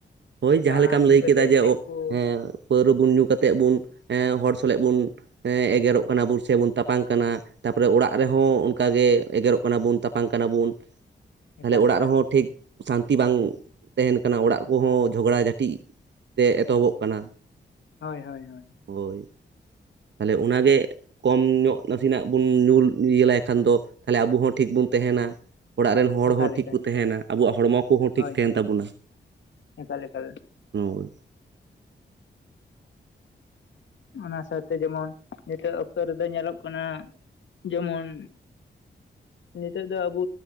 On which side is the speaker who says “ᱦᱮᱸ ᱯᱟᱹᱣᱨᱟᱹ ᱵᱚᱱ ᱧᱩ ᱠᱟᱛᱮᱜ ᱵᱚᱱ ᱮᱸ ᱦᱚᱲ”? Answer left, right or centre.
Right